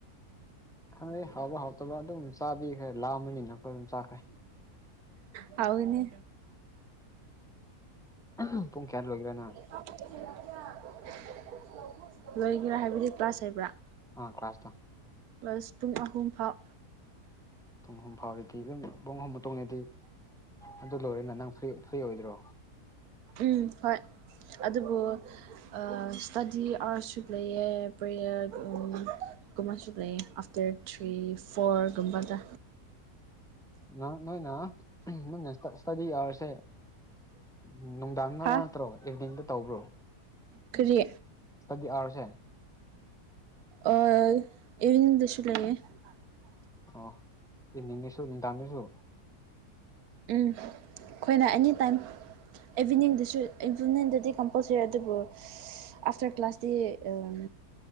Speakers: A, in the centre; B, on the right.
A: ꯈꯪꯗꯦ ꯍꯥꯎꯕ ꯍꯥꯎꯇꯕ ꯑꯗꯨꯝ ꯆꯥꯕꯤꯈ꯭ꯔꯦ ꯂꯥꯝꯕꯅꯤꯅ ꯑꯈꯣꯏ ꯑꯗꯨꯝ ꯆꯥꯈ꯭ꯔꯦ
B: ꯍꯥꯎꯒꯅꯤ
A: ꯎꯝ ꯄꯨꯡ ꯀꯌꯥꯗ ꯂꯣꯢꯒꯦꯔꯥ ꯅꯪ
B: <unintelligible> ꯂꯣꯏꯒꯦꯔꯥ ꯍꯥꯏꯕꯗꯤ ꯀ꯭ꯂꯥꯁ ꯍꯥꯏꯕ꯭ꯔꯥ
A: ꯑ ꯀ꯭ꯂꯥꯁꯇꯣ
B: ꯀ꯭ꯂꯥꯁ ꯄꯨꯡ ꯑꯍꯨꯝꯐꯥꯎ
A: ꯄꯨꯡ ꯑꯍꯨꯝ ꯐꯥꯎꯔꯗꯤ ꯑꯗꯨꯝ ꯄꯨꯡ ꯑꯍꯨꯝ ꯃꯇꯨꯡꯗꯗꯤ ꯑꯗꯨ ꯂꯣꯏꯔꯒ ꯅꯪ ꯐ꯭ꯔꯤ ꯐ꯭ꯔꯤ ꯑꯣꯏꯗ꯭ꯔꯣ
B: ꯎꯝ ꯍꯣꯏ ꯑꯗꯨꯕꯨ ꯑꯥ ꯏꯁ꯭ꯇꯗꯤ ꯑꯥꯋꯔꯁꯨ ꯂꯩꯌꯦ ꯄ꯭ꯔꯦꯌꯔ ꯎꯝ ꯨꯀꯨꯝꯕꯁꯨ ꯂꯩꯌꯦ ꯑꯥꯐꯇꯔ ꯊ꯭ꯔꯤ ꯐꯣꯔ ꯒꯨꯝꯕꯗ
A: ꯅꯣ ꯅꯣꯏꯅ ꯅꯣꯏꯅ ꯏꯁ ꯏꯁ꯭ꯇꯗꯤ ꯑꯥꯋꯔꯁꯦ ꯎꯝ ꯅꯨꯡꯗꯥꯡꯗ
B: ꯍꯥ
A: ꯅꯠꯇ꯭ꯔꯣ ꯏꯚꯤꯅꯤꯡꯗ ꯇꯧꯕ꯭ꯔꯣ
B: ꯀꯔꯤ
A: ꯏꯁ꯭ꯇꯗꯤ ꯑꯥꯋꯔꯁꯦ
B: ꯑꯣꯢ ꯏꯚꯤꯅꯤꯡꯗꯁꯨ ꯂꯩꯌꯦ <inaudible>
A: ꯑꯣ ꯏꯚꯤꯅꯤꯡꯗꯁꯨ ꯅꯨꯡꯗꯥꯡꯗꯁꯨ
B: ꯎꯝ ꯈꯣꯏꯅ ꯑꯦꯅꯤ ꯇꯥꯏꯝ ꯏꯚꯤꯅꯤꯡꯗꯁꯨ ꯏꯚꯤꯅꯤꯡꯗꯗꯤ ꯀꯝꯄꯜꯁꯔꯤ ꯑꯗꯨꯕꯨ ꯑꯥꯐꯇꯔ ꯀ꯭ꯂꯥꯁꯇꯤ ꯎꯝ